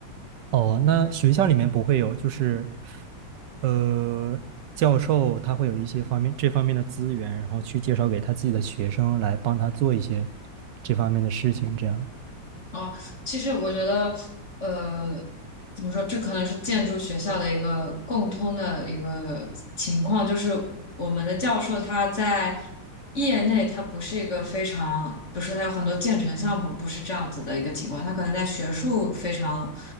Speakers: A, on the right; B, on the left.
A: 哦，那学校里面不会有，就是，呃，教授他会有一些方面这方面的资源，然后去介绍给他自己的学生来帮他做一些这方面的事情，这样。
B: 哦，其实我觉得，呃，怎么说，这可能是建筑学校的一个共通的一个情况，就是我们的教授他在业内他不是一个非常，比如说他有很多建成项目不是这样子的一个情况，他可能在学术非常